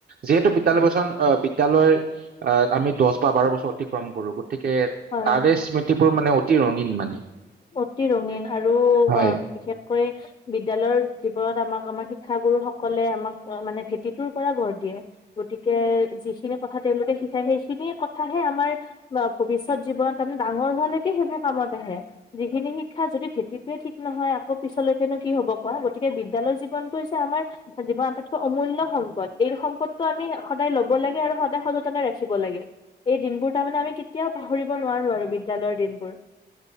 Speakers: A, on the right; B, on the left.
A: যিহেতু বিদ্যালয় বছন বিদ্যালয়ৰ অ আমি দহ বা বাৰ বছৰ অতিক্ৰম কৰো গতিকে
B: হয়
A: তাৰে স্মৃতি তোৰ মানে অতি ৰঙীন মানে।
B: অতি ৰঙীন আৰু
A: হয়
B: অ বিশেষকৈ বিদ্যালয় জীৱনত আমাক আমাৰ শিক্ষাগুৰুসকলে আমাক মানে ভেটিটোৰ পৰা গঢ় দিয়ে গতিকে যিখিনি কথা তেওঁলোকে শিকায় সেইখিনি কথাহে আমাৰ ভৱিষ্যত জীৱনত আম ডাঙৰ হোৱালৈকে সেইবোৰ কামত আহে। যিখিনি শিক্ষা যদি ভেটিটোৱে ঠিক নহয় আকৌ পিছলৈকেনো কি হব কোৱা গতিকে বিদ্যালয় জীৱনটো হৈছে আমাৰ। এ জীৱনটাইতকৈ অমূল্য সম্পদ এই সম্পদটো আমি সদায় ল'ব লাগে আৰু সদায় সযতনে ৰাখিব লাগে এই দিনবোৰ তাৰমানে আমি কেতিয়াও পাহৰিব নোৱাৰো আৰু বিদ্যালয়ৰ দিনবোৰ।